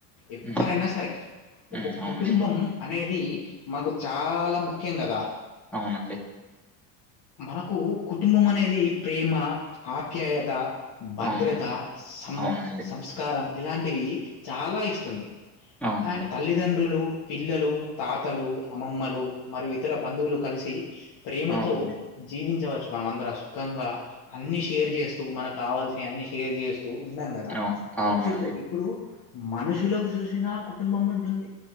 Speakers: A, on the left (about 55°); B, in the centre.
A: ఎవ్వరైనా
B: ఉమ్
A: సరే ఒక
B: ఉమ్
A: కుటుంబం
B: అవునండి
A: అనేది మనకు చాలా ముఖ్యం కదా
B: అవునండి
A: మనకు కుటుంబం అనేది ప్రేమ ఆప్యాయత భద్రత
B: అవును
A: సం
B: అవునండి
A: సంస్కారం ఇలాంటివి చాలా ఇస్తుంది
B: అవునండి
A: ఆ తల్లిదండ్రులు పిల్లలు తాతలు అమ్మమ్మలు మరియు ఇతర బంధువులు కలిసి ప్రేమతో
B: అవునండి
A: జీవించవచ్చు మనం అందరం సుఖంగా అన్ని షేర్ చేస్తూ మనకు కావాల్సినవి అన్ని షేర్ చేస్తూ ఉన్నాం కదా
B: అవును అవునండి
A: ప్రతి ఒక్కరికి ఇప్పుడు మనుషులకు చూసినా కుటుంబం ఉంటుంది